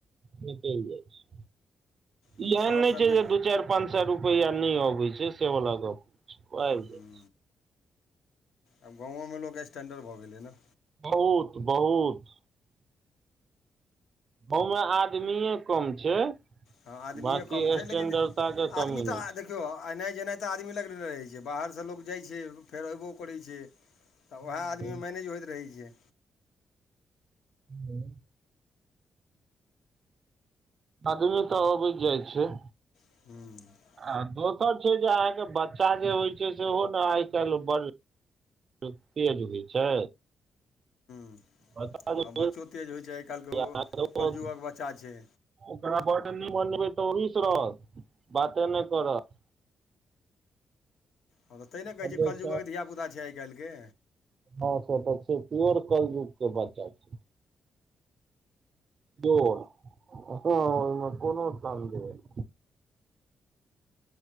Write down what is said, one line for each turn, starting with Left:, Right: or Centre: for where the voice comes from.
Right: निकलि जाइ छैय,
Left: आब
Right: ई
Left: तऽ
Right: एहन
Left: शहरसँ
Right: नहि छैय,
Left: बे
Right: जे दू चाईर। पानसए रुपैया नहि अबै छैय, से बला गप नहि छैय आबि
Left: हूँ
Right: जाइ छैय।
Left: आब गांवों में लोक स्टैंडर्ड भऽ गेलैय न।
Right: बहुत-बहुत गांव मे आदमिए कम छै।
Left: हाॅं, आदमिए
Right: बाँकी
Left: कम छै
Right: स्टैंडर्डता
Left: लेकिन
Right: के कमी
Left: आदमी तऽ
Right: नहि
Left: अहां देख देखियौ एनाइ-जेनाइ तऽ आदमी लगले रहै छै। बाहरसे लोक जाइ छै, फेर अयबो करै छै। तऽ वएह
Right: छै
Left: आदमीमे मैनेज होइत रहै छै।
Right: हूॅं। आदमी तऽ आबैत जाइ छै।
Left: हूॅं।
Right: आ दोसर छै जे अहाँके बच्चा जे होइ छै, सेहो ने आइ काल्हि बड़ से तेज उगै छै?
Left: हाॅं
Right: बच्चा जे
Left: बच्चो तेज होइ छै, आइ काल्हिके ओ
Right: छै
Left: कलयुगक बच्चा छै‌।
Right: ओकरा बड नहि मानबै तऽ ओ रूसि रहत। बाते नहि करत।
Left: हाॅं तऽ तैने कहैत
Right: हँ
Left: छी, कलयुगक धिया पुता छै आइ काल्हिके।
Right: हाॅं से तै छै। प्योर कलजुग के बच्चा छै। <unintelligible> हाॅं ओहिमे कोनो संदेह नहि।